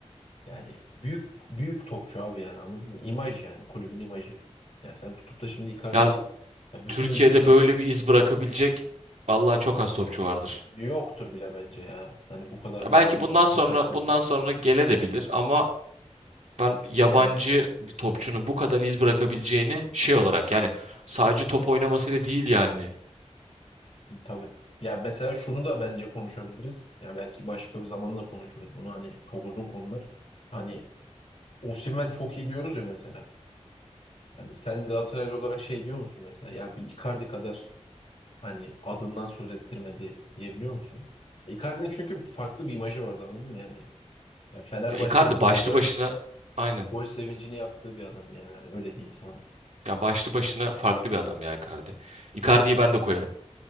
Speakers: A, on the left; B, on the right.
A: yani büyük büyük topçu abi yani anladın mı? İmaj yani kulübün imajı. Yani sen tutup da şimdi Icardi'yi
B: Ya
A: ya bütün
B: Türkiye'de
A: ülkeye
B: böyle bir iz bırakabilecek vallahi çok az topçu vardır.
A: yoktur bile bence ya. Hani bu kadar
B: Ya
A: bağırdın
B: belki bundan
A: basket
B: sonra
A: herkesin.
B: bundan sonra gele de bilir ama ben yabancı
A: Yani
B: bir topçunun bu kadar iz bırakabileceğini şey olarak yani sadece top oynamasıyla değil yani.
A: Tabii. Ya mesela şunu da bence konuşabiliriz. Ya belki başka bir zaman da konuşuruz bunu. Hani çok uzun konular. Hani Osimhen çok iyi diyoruz ya mesela. Hani sen Galatasaraylı olarak şey diyor musun mesela? Ya bir Icardi kadar hani adından söz ettirmedi diyebiliyor musun? E, Icardi'nin çünkü farklı bir imajı vardı anladın mı yani? Ya Fenerbahçeli
B: Ya Icardi
A: çocukların
B: başlı başına aynen
A: gol sevincini yaptığı bir adam yani. Hani öyle diyeyim sana.
B: Ya başlı başına farklı bir adam ya Icardi. Icardi'yi ben de koyarım.